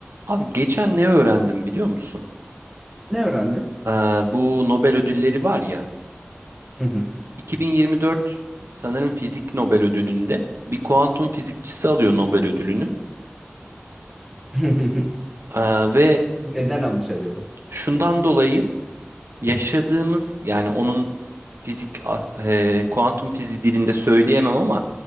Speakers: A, on the right (about 75°); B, in the centre.
A: Abi geçen ne öğrendim biliyor musun?
B: Ne öğrendin?
A: Ee, bu Nobel ödülleri var ya.
B: Hı hı.
A: 2024 sanırım fizik Nobel ödülünde bir kuantum fizikçisi alıyor Nobel ödülünü.
B: <laughs>
A: Ee, ve
B: Neden almış acaba?
A: şundan dolayı yaşadığımız yani onun fizik e, kuantum fiziği dilinde söyleyemem ama